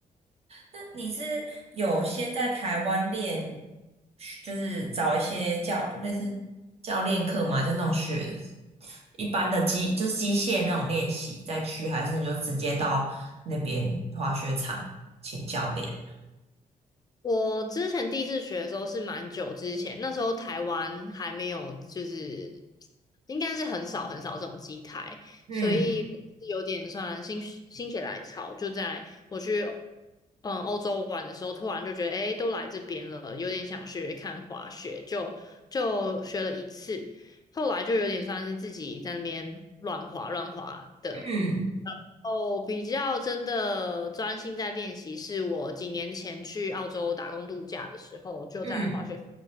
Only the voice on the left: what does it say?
我之前第一次学的时候是蛮久之前，那时候台湾还没有，就是应该是很少很少这种机台，
所以有点算心心血来潮，就在我去嗯欧洲玩的时候，突然就觉得诶，都来这边了，有点想学看滑雪，就就学了一次。后来就有点算是自己在那边乱滑乱滑的，
哦，比较真的专心在练习，是我几年前去澳洲打工度假的时候，就在滑雪